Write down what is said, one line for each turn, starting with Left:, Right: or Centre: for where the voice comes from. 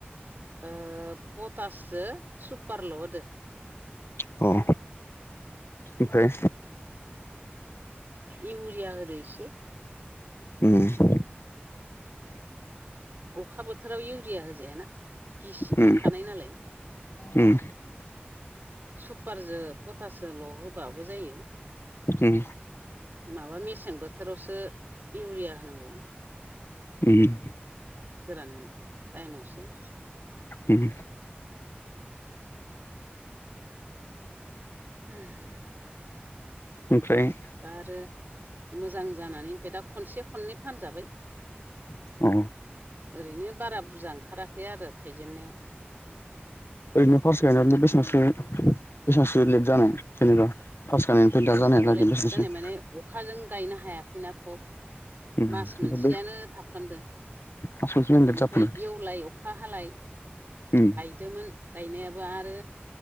Right: ओ पटाससो सुपारल' होदो
Left: औ ओमफ्राय
Right: इउरिया होनायसो
Left: ओम
Right: अखा बोथोराव इउरिया होजायाना गिसि थाखानाय
Left: उम
Right: नालाय
Left: उम
Right: सुपारजों पटासजोंल' होबाबो जायो
Left: ओम
Right: माबा मेसें बोथोरावसो इउरिया होनांगौ
Left: ओम
Right: गोरान टाइमावसो
Left: ओम
Right: ओम
Left: ओमफ्राय
Right: दा आरो मोजां जानानै ओमफ्राय दा खनसे खननै फानजाबाय
Left: अ
Right: ओरैनो बारा बुरजा ओंखाराखै आरो थाइजेननायाव
Left: ओरैनो पार्स गायनानै बेसेबांसो बेसेबांसो लेट जानाय जेनेबा पास गायनायनिफ्रायै
Right: बे
Left: दा जानायलागै
Right: सांलेद
Left: बिसोरसो
Right: जानाय माने अखाजों गायनो हायाखैना थब
Left: उम ओमफ्राय
Right: मास मोनसेयानो
Left: बे
Right: थाफ्रामदों
Left: मास मोनसे
Right: बेनिफ्राय
Left: लेट जाफैदों
Right: एवलाय अखा हालाय
Left: ओम
Right: गायदोंमोन गायनायाबो आरो